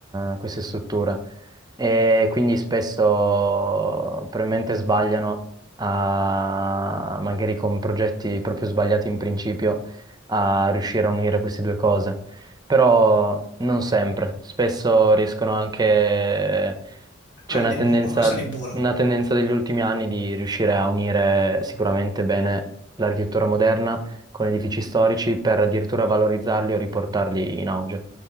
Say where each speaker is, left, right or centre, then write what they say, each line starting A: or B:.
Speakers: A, on the right; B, on the left.
A: eh, queste strutture. E quindi spesso probabilmente sbagliano a, magari con progetti proprio sbagliati in principio a riuscire a unire queste due cose. Però non sempre, spesso riescono anche c'è
B: magari
A: una tendenza
B: di- qualcosa di buono.
A: una tendenza degli ultimi anni di riuscire a unire sicuramente bene l'architettura moderna con edifici storici per addirittura valorizzarli o riportarli in auge.